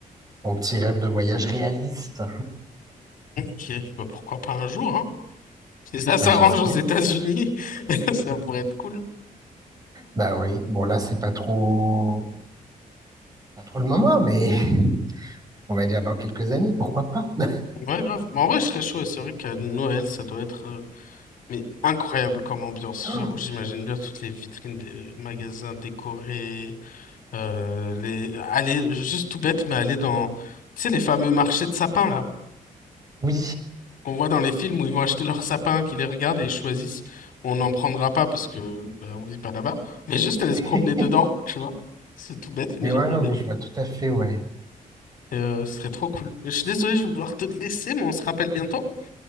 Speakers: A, on the right (about 25°); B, on the left (about 70°).
A: mon petit rêve de voyage réaliste.
B: Ok, bah, pourquoi pas un jour, hein? Si ça s'arrange
A: Bah, j'espère.
B: aux États-Unis, <laughs> ça pourrait être cool.
A: Bah oui, bon, là, c'est pas trop, pas trop le moment, mais <laughs> on va dire dans quelques années, pourquoi pas? <gasps>
B: Ouais, grave. Mais en vrai, je serais chaud. ouais. C'est vrai qu'à Noël, ça doit être euh, mais incroyable comme ambiance.
A: <laughs>
B: J'avoue, j'imagine bien toutes les vitrines des euh, magasins décorés. euh, les... Aller, juste tout bête, mais aller dans, tu sais, les fameux marchés de sapins, là.
A: Oui.
B: qu'on voit dans les films où ils vont acheter leurs sapins, qu'ils les regardent et ils choisissent. On n'en prendra pas parce que ben, on vit pas là-bas, mais juste aller
A: <laughs>
B: se promener dedans, tu vois. C'est tout bête, mais
A: Mais
B: j'aimerais
A: ouais, non,
B: bien.
A: mais je vois tout à fait, ouais.
B: Et, euh, ce serait trop cool. Je suis désolé, je vais devoir te laisser, mais on se rappelle bientôt.